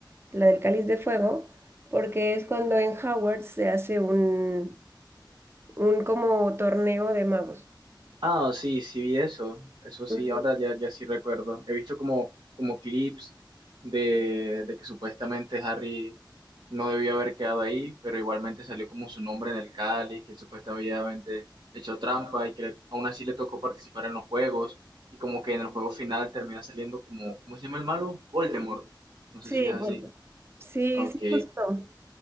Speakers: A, on the right; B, on the right.
A: la del Cáliz de Fuego, porque es cuando en Howard se hace un un como torneo de magos.
B: Ah, sí, sí vi eso, eso sí,
A: Ujú.
B: ahora ya, ya sí recuerdo. He visto como, como clips de, de que supuestamente Harry no debió haber quedado ahí, pero igualmente salió como su nombre en el cáliz, que él supuestamente hecho trampa y que le- aún así le tocó participar en los juegos y como que en el juego final termina saliendo como, ¿cómo se llama el malo? Voldemort. No
A: Sí,
B: sé si es así.
A: bueno. Sí,
B: Ok.
A: sí, justo.